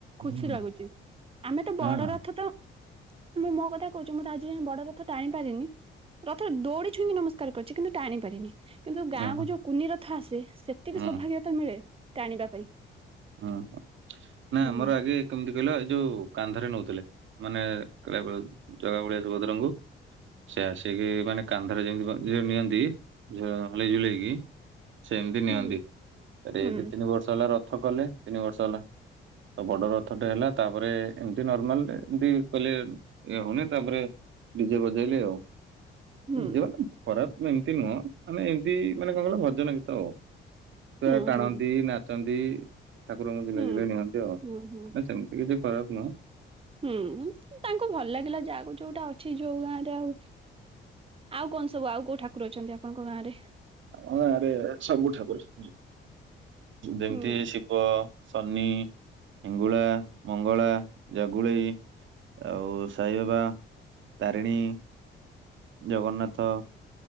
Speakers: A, on the right; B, on the right.
A: ଖୁସି
B: ହୁଁ
A: ଲାଗୁଛି। ଆମେ ତ
B: ହଁ।
A: ବଡ ରଥ ତ ମୁଁ ମୋ କଥା କହୁଛି ମୁଁ ତ ଆଜି ଯାଇଁ ବଡ ରଥ ଟାଣି ପାରିନି। ରଥ ଦୌଡି ଛୁଇକି ନମସ୍କାର ପଛିକିନା ଟାଣି ପାରିନି କିନ୍ତୁ ଗାଁକୁ
B: ଓହୋ
A: ଯୋଉ କୁନି ରଥ ଆସେ ସେତିକି
B: ହୁଁ
A: ସୌଭାଗ୍ୟ ତ ମିଳେ ଟାଣିବା ପାଇଁ।
B: ଓ ହୋ ନା
A: ହୁଁ
B: ଆମର ଆଗେ କେମିତି କହିଲ ଏ ଯୋଉ କାନ୍ଧରେ ନଉଥିଲେ ମାନେ କାଳିଆ ବଳିଆ ଜଗା ବଳିଆ ସୁଭଦ୍ରାଙ୍କୁ। ସେ ଆସିକି ମାନେ କାନ୍ଧରେ ଯେମିତି ବଝିରେ ନିଅନ୍ତି ହଲେଇ ଝୁଲେଇକି ସେମିତି ନିଅନ୍ତି
A: ହୁଁ
B: ଏଇ
A: ହୁଁ
B: ଦି ତିନି ବର୍ଷ ହେଲା ରଥ କଲେ ତିନି ବର୍ଷ ହେଲା। ତ ବଡ ରଥ ଟେ ହେଲା ତାପରେ ଏମିତି ନର୍ମାଲ ଏମତି କହିଲେ ଏ ହଉନି ତାପରେ ଡିଜେ ବଜେଇଲି ଆଉ।
A: ହୁଁ
B: ଡିଜେବା ଖରାପ ଏମିତି ନୁହଁ ମାନେ ଏମତି ମାନେ କଣ କହିଲ ଭଜନ ଗୀତ ଆଉ। ସେ
A: ହୁଁ
B: ଟାଣନ୍ତି
A: ହୁଁ
B: ନାଚନ୍ତି। ଠାକୁରଙ୍କୁ ଦିନେ
A: ହୁଁ
B: ଦିନେ ନିଅନ୍ତି ଆଉ
A: ହୁଁ ହୁଁ।
B: ନା ସେମିତି କିଛି ଖରାପ ନୁହଁ।
A: ହୁଁ ତାଙ୍କୁ ଭଲ ଲାଗିଲା ଯାହାକୁ ଯୋଉଟା ଆଉ। ଅଛି ଯୋଉ ଗାଁ ରେ ଆଉ ଆଉ କଣ ସବୁ ଆଉ କୋଉ ଠାକୁର ଅଛନ୍ତି ଆପଣଙ୍କ ଗାଁ ରେ।
B: ହଁ ଆରେ ଏଠି ସବୁ ଠାକୁର ଯେମିତି
A: ହୁଁ।
B: ସି ବ, ଶନି, ହିଙ୍ଗୁଳା, ମଙ୍ଗଳା, ଜାଗୁଳେଇ। ଆଉ, ସାଇବାବା, ତାରିଣୀ, ଜଗନ୍ନାଥ।